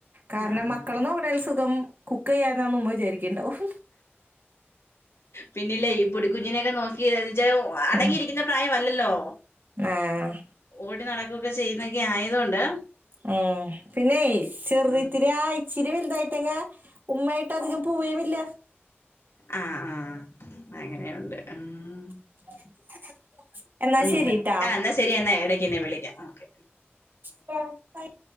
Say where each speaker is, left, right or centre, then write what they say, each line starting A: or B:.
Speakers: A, on the right; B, on the left.
A: കാരണം
B: ആഹ്
A: മക്കളെ നോക്കണേൽ സുഖം കുക്ക് ചെയ്യാനാ എന്നു ഉമ്മള് വിചാരിക്കുന്നുണ്ടാവും
B: പിന്നില്ലേ ഈ പൊടിക്കുഞ്ഞിനെയൊക്കെ നോക്കിച്ചാ അടങ്ങിയിരിക്കുന്ന
A: ആഹ്
B: പ്രായമല്ലല്ലോ
A: ആഹ്
B: ഓടി നടക്കുവൊക്കെ ചെയ്യുന്നൊക്കെ ആയതൊണ്ട്
A: ആഹ് പിന്നെ ചെറി
B: ഉം.
A: ഇത്തിരി ഇച്ചിരി വലുതായിട്ടെക്കെ ഉമ്മായിട്ട് അധികം പൂവേമില്ല
B: ആഹ് ആഹ് അങ്ങനെയുണ്ട് മ്മ്
A: <inaudible>
B: ഉം
A: ശരിട്ടാ
B: ആഹ് എന്നാ ശെരി എന്നാ ഇടക്കെന്നെ വിളിക്കാം ഓക്കെ
A: കുഴപ്പായി